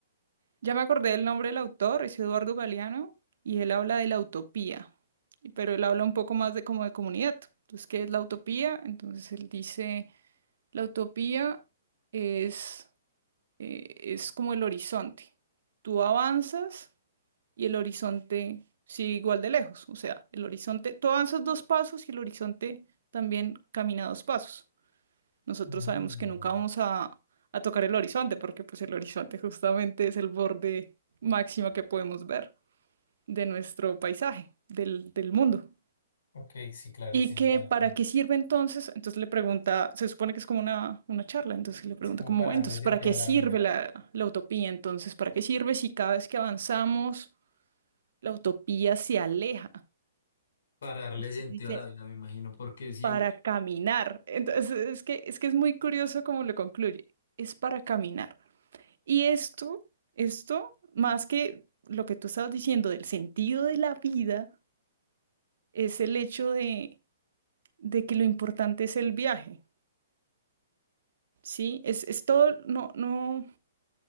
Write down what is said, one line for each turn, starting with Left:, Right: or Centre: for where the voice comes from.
Right: Ya me acordé del nombre del autor, es Eduardo Galeano, y él habla de la utopía, y- pero él habla un poco más de como de comunidad. Entonces, ¿qué es la utopía? Entonces él dice, la utopía es eh, es como el horizonte. Tú avanzas y el horizonte sigue igual de lejos. O sea, el horizonte, tú avanzas dos pasos y el horizonte también camina dos pasos. Nosotros
Left: Mm,
Right: sabemos que nunca vamos a, a tocar el horizonte porque pues el horizonte justamente es el borde máximo que podemos ver de nuestro paisaje, del, del mundo.
Left: Ok, sí, claro,
Right: ¿Y
Left: tiene
Right: que
Left: sentido.
Right: para qué sirve entonces? Entonces le pregunta, se supone que es como una, una charla, entonces le pregunta
Left: Es como
Right: como,
Left: para
Right: "Bueno,
Left: darle
Right: entonces,
Left: sentido
Right: ¿para qué
Left: a la
Right: sirve
Left: vida.
Right: la, la utopía? Entonces, ¿para qué sirve si cada vez que avanzamos la utopía se aleja?
Left: Para darle
Right: Entonces
Left: sentido
Right: dice,
Left: a la vida, me imagino, porque sí,
Right: para caminar. Entonces, es que, es que es muy curioso cómo lo concluye, es para caminar. Y esto, esto, más que lo que tú estabas diciendo del sentido de la vida, es el hecho de, de que lo importante es el viaje. Sí, es, es todo, no, no,